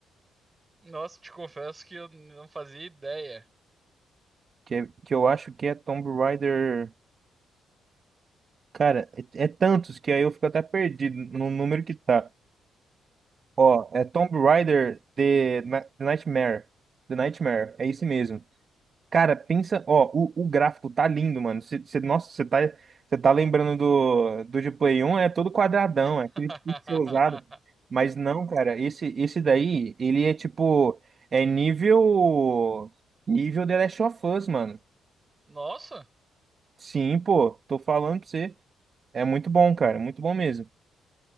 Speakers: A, on the right (about 25°); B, on the right (about 45°).
A: Nossa, te confesso que eu não fazia ideia.
B: que, é, que eu acho que é Tomb Raider. Cara, é, é tantos que aí eu fico até perdido no número que tá. Ó, é Tomb Raider The Na- The Nightmare. The Nightmare, é isso mesmo. Cara, pensa, ó, o, o gráfico tá lindo, mano. Cê, cê- nossa, você tá, você tá lembrando do, do de Play 1, é todo quadradão,
A: <laughs>
B: é aquele pixelizado. Mas não, cara, esse, esse daí, ele é tipo, é nível, nível The Last of Us, mano.
A: Nossa!
B: Sim, pô, tô falando pra você. É muito bom, cara, muito bom mesmo.